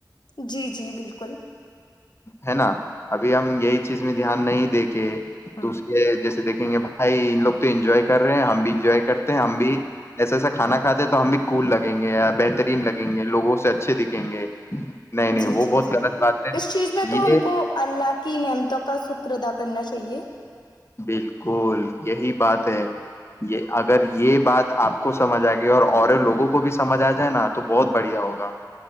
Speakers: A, on the left; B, on the left.
A: جی جی بالکل
B: ہے نا ابھی ہم یہی چیز میں دھیان نہیں دیک کے
A: ہاں
B: دوسرے جیسے دیکھ دیں گے بھائی ان لوگ تو انجوائے کر رہے ہیں ہم بھی انجوائے کرتے ہیں ہم بھی ایسا ایسا کھانا کھاتے ہیں تو ہم بھی کول لگیں گے یا بہترین لگیں گے لوگوں سے اچھے دکھیں گے نہیں نہیں
A: جی
B: وہ
A: جی
B: بہت
A: جی
B: غلط بات ہے
A: اس میں تو
B: یہ
A: ہم کو اللہ کی نعمتوں کا شکر د کرنا چاہیے
B: بالکل یہی بات ہے یہ اگر یہ بات آپ کو سمجھ آئے گی اور اور لوگوں کو بھی سمجھ آ جائے نا تو بہت بڑھیا ہوگا